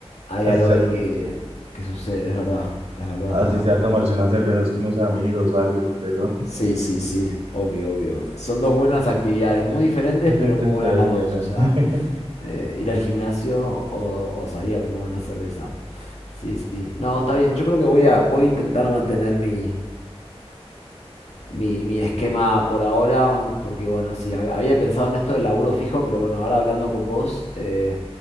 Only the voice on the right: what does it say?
Así
sea,
así
sea tomarse unas cervezas con unos amigos, algo, pero,
<laughs>
entonces,
pero
bueno.
<laughs>